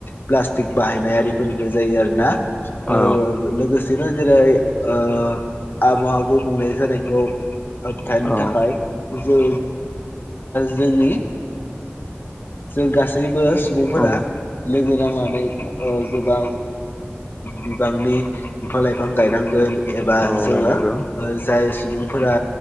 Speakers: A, on the left (about 50°); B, on the left (about 25°).
A: प्लास्टिक बाहायनाय आरिफोरबो जायो आरो ना
B: औ
A: ओ लोगोसेनो जेरै ओ आबहावाखौ बुंनाय जानायखौ होबथानो
B: औ
A: थाखाय जो जोंनि। जों गासैबो सुबुंफोरा।
B: औ
A: लोगो नांनानै गोबां बिबांनि बिफां लाइफां गायनांगोन एबा
B: औ
A: जोङो
B: गायनांगौ
A: जाय सुबुंफोरा